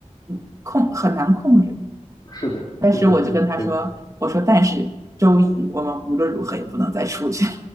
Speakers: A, on the right; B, on the left.
A: 嗯控，很难控制。
B: 是的，
A: 但是我就跟他说，
B: 确实是，对，
A: 我说但是周一我们无论如何也不能再出去，